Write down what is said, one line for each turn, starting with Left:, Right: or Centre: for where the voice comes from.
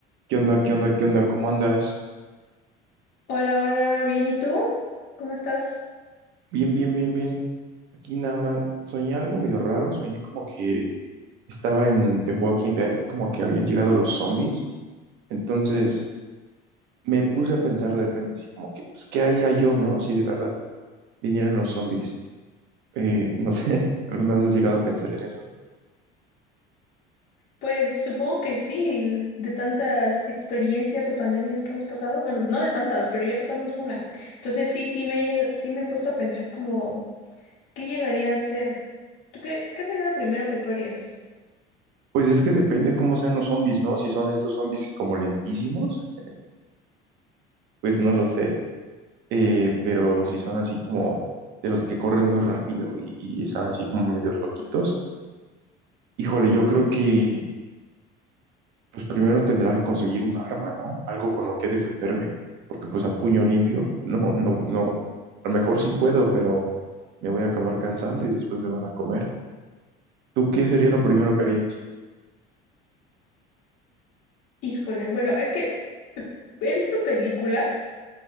Right: ¿Qué onda? ¿Qué onda? ¿Qué onda? ¿Cómo andas?
Left: Hola, hola, bien, ¿y tú? ¿Cómo estás?
Right: Bien, bien, bien, bien. Aquí nada más soñé algo medio raro. Soñé como que estaba en The Walking Dead, como que habían llegado los zombies. Entonces me puse a pensar de repente, así como que, pues, ¿qué haría yo, no? Si de verdad vinieran los zombies. Eh, no sé, <laughs> ¿alguna vez has llegado a pensar en eso?
Left: Pues supongo que sí, de tantas experiencias o pandemias que hemos pasado, bueno, no de tantas, pero ya pasamos una. Entonces sí, sí me, he lleg- sí me he puesto a pensar como, ¿qué llegaría a ser? ¿Tú qué, qué sería lo primero que tú harías?
Right: Pues es que depende cómo sean los zombies, ¿no? Si son estos zombies como lentísimos, pues no lo sé. Eh, pero si son así como de los que corren muy rápido y, y están así como medios loquitos. Híjole, yo creo que pues primero tendrá que conseguir un arma, ¿no? Algo con lo que defenderme, porque pues a puño limpio, <laughs> no, no, no. A lo mejor sí puedo, pero me voy a acabar cansando y después me van a comer. ¿Tú qué sería lo primero que harías?
Left: Híjole, bueno, es que he visto películas,